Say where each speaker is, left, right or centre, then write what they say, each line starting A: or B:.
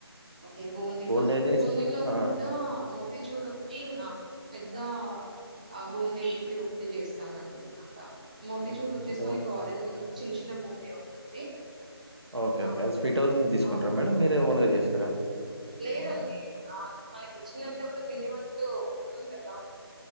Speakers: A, on the right; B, on the right.
A: ఓకే బూందీలో
B: బూందీ అయితేనే
A: బూందీలో
B: ఇష్టం ఆ
A: కూడా మోతిచూరటి పెద్ద ఆ బూందీ తోటి ఒకటి చేస్తామం అనమాట మోతి
B: ఆహా!
A: చూర్ వచ్చేసి
B: బో
A: మనకి అరెంజ్ కలర్ చిన్న చిన్న బూందీ ఉంటుంది
B: ఓకే
A: ఆ
B: ఓకే స్విట్ హౌస్ ను తీసుకుంటారా
A: ఆ
B: మేడం మీరు ఓన్ గా తీస్రా
A: లేదండి ఆ మనకి ఇచ్చినంతప్పుడు పిండి వంటలు ఉ ఉంది కదా